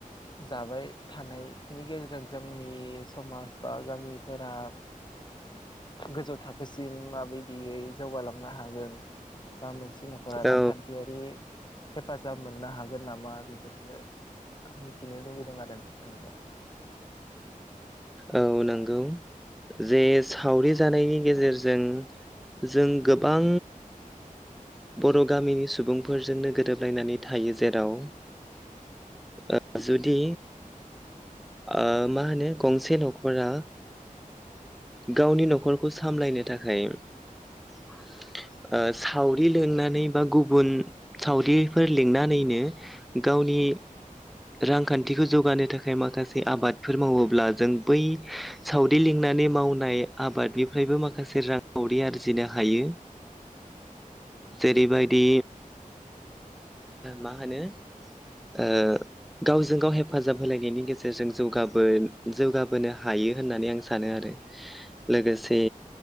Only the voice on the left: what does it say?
जाबाय थानायनि गेजेरजों जोंनि समाज बा गामि फोरा गोजौ थाखोसिम माबायदियै जौगालांनो हागोन बा मोनसे नखरा रांखान्थियारि
हेफाजाब मोननो हागोन नामा बेफोरखो मिथिनो लुबैदों आरो। नोंथांनियाव